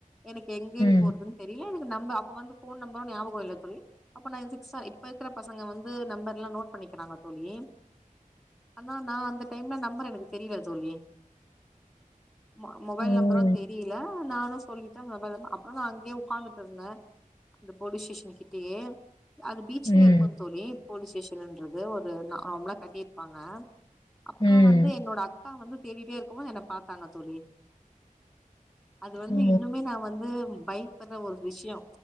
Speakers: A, in the centre; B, on the left.
A: எனக்கு எங்கேடு
B: ம்
A: போறதுன் தெரில எனக்கு நம்ப அப்ப வந்து ஃபோன் நம்பரு ஞாபகோ ‌இல்ல தோழி அப்ப நா இ சிக் சா இப்ப இருக்குற பசங்க வந்து நம்பர்ல்லா நோட் பண்ணிக்கிறாங்க தோழி ஆனா நா அந்த டைம்ல நம்பர் எனக்கு தெரியல தோழி ம மொபைல்
B: ம்
A: நம்பரு தெரியல நானு சொல்லிட்டே மொபைல இருந்து அப்பறோ நா அங்கயே உக்காந்துட்ருந்தே அந்த போலீஸ் ஸ்டேஷன் கிட்டயே அது பீச்சலயே
B: ம்
A: இருக்கு தோழி போலீஸ் ஸ்டேஷனுன்றது ஒரு நார்மலா கட்டிருப்பாங்க அப்பறோ
B: ம்
A: வந்து என்னோட அக்கா வந்து தேடிட்டே இருக்கும்மோது என்ன பாத்தாங்க தோழி அது வந்து
B: ஓ
A: இன்னுமே நா வந்து பயப்படுற ஒரு விஷ்யோ